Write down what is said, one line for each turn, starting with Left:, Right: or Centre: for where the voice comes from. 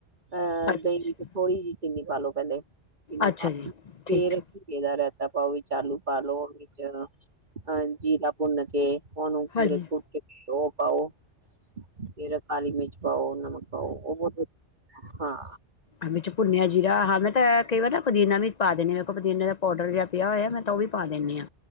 Right: ਅਹ
Left: ਅੱਛਾ
Right: ਦਹੀਂ ਵਿੱਚ, ਥੋੜ੍ਹੀ ਜਿਹੀ ਚੀਨੀ ਪਾ ਲੋ, ਪਹਿਲੇ ਚੀਨੀ
Left: ਅੱਛਾ
Right: ਪਾ
Left: ਜੀ
Right: ਕੇ ਫੇਰ
Left: ਠੀਕ ਠੀਕ
Right: ਏਦਾ ਰਹਿਤਾ ਪਾਉਂ, ਵਿੱਚ ਆਲੂ ਪਾ ਲੋ ਵਿਚ ਆ ਹਾਂਜੀ, ਜੀਰਾ ਭੁੰਨ ਕੇ ਉਹਨੂੰ,
Left: ਹਾਂਜੀ
Right: ਕੁਟ ਕੇ ਤੇ ਉਹ ਪਾਓ, ਫਿਰ ਕਾਲੀ ਮਿਰਚ ਪਾਓ ਨਮਕ, ਪਾਓ ਉਹ ਬਹੁਤ। ਹਾਂ।
Left: ਹਾਂ ਵਿੱਚ ਭੁੰਨਿਆ ਜੀਰਾ ਹਾਂ, ਮੈਂ ਤਾਂ ਕਈ ਵਾਰ ਨਾ ਪੁਦੀਨਾ ਵੀ ਪਾ, ਦੇਣੇ ਵੇਖੋ ਪਦੀਨੇ ਦਾ ਪਾਊਡਰ ਜਿਹਾ ਪਿਆ ਹੋਇਆ, ਮੈਂ ਤਾਂ ਉਹ ਵੀ ਪਾ ਦਿੰਨੀਂ ਆ।